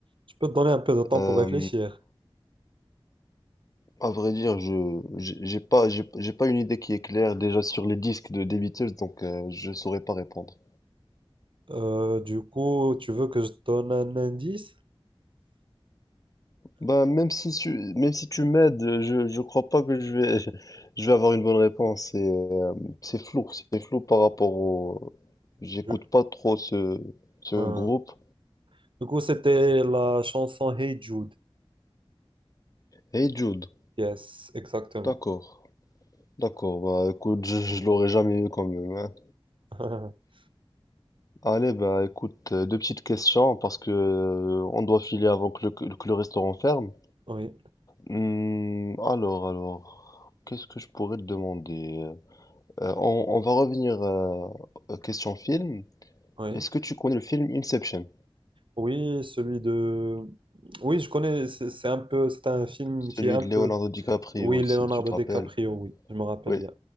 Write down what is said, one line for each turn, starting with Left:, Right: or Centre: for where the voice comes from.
Right: je peux te donner un peu de temps
Left: Euh,
Right: pour réfléchir.
Left: à, à vrai dire, je j'ai j'ai pas, j'ai j'ai pas une idée qui est claire déjà sur les disques de des Beatles, donc euh, je saurais pas répondre.
Right: Euh, du coup, tu veux que je te donne un indice?
Left: Bah, même si tu, même si tu m'aides, je, je crois pas que je vais, <laughs> je vais avoir une bonne réponse. C'est, euh, c'est flou, c'est flou par rapport au, j'écoute
Right: Du,
Left: pas trop ce, ce
Right: un.
Left: groupe.
Right: Du coup, c'était la chanson Hey Jude.
Left: Hey Jude,
Right: Yes, exactement.
Left: d'accord, d'accord, bah, écoute, je, je l'aurais jamais eu quand même, hein.
Right: <laughs>
Left: Allez, bah, écoute, euh, deux petites questions parce que, euh, on doit filer avant que le, que le restaurant ferme.
Right: Oui,
Left: Hmm, alors, alors, qu'est-ce que je pourrais te demander? Euh, on, on va revenir, euh, question film.
Right: oui.
Left: Est-ce que tu connais le film Inception?
Right: Oui, celui de... Oui, je connais, c'est c'est un peu, c'est un film
Left: Celui
Right: qui est un
Left: de
Right: peu...
Left: Leonardo DiCaprio,
Right: Oui,
Left: si
Right: Leonardo
Left: tu te
Right: DiCaprio,
Left: rappelles.
Right: oui, je me rappelle
Left: Oui.
Right: bien.